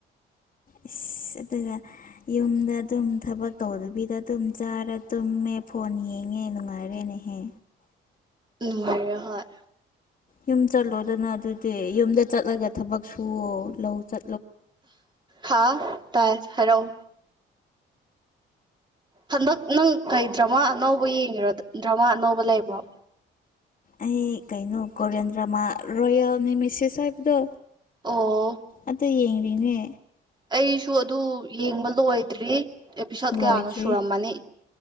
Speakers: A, on the left (about 40°); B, on the right (about 20°).
A: ꯏꯁꯁ ꯑꯗꯨꯒ ꯌꯨꯝꯗ ꯑꯗꯨꯝ ꯊꯕꯛ ꯇꯧꯗꯕꯤꯗ ꯑꯗꯨꯝ ꯆꯥꯔ ꯇꯨꯝꯃꯦ ꯐꯣꯟ ꯌꯦꯡꯉꯦ ꯅꯨꯡꯉꯥꯏꯔꯦꯅꯦꯍꯦ
B: ꯅꯔꯍꯣꯏ
A: ꯌꯨꯝ ꯆꯠꯂꯣꯗꯅ ꯑꯗꯨꯗꯤ ꯌꯨꯝꯗ ꯆꯠꯂꯒ ꯊꯕꯛ ꯁꯨ ꯂꯧ ꯆ
B: ꯍꯥꯥ ꯇꯥꯢ ꯍꯥꯏꯔꯛꯑꯣ ꯍꯟꯗꯛ ꯅꯪ ꯀꯩ ꯗ꯭ꯔꯃꯥ ꯑꯅꯧꯕ ꯌꯦꯡꯉꯤꯔꯣ ꯗ꯭ꯔꯃꯥ ꯑꯅꯧꯕ ꯂꯩꯕ꯭ꯔꯣ
A: ꯑꯩ ꯀꯩꯩꯅꯣ ꯀꯣꯔꯦꯟꯗ꯭ꯔ ꯃꯥ ꯔꯣꯌꯅꯤ ꯃꯁ ꯁꯥꯕꯗꯣ
B: ꯑꯣ
A: ꯑꯗ ꯌꯦ ꯅꯦꯃꯦ
B: ꯑꯩꯁꯨ ꯑꯗꯨ ꯌꯦꯡꯕ ꯂꯣꯏꯗ꯭ꯔꯤ ꯑꯦꯄꯤꯁꯣꯠ ꯀꯌꯥꯅꯣ
A: ꯂꯣꯏꯗ꯭ꯔꯤ
B: ꯁꯨꯔꯝꯃꯅꯤ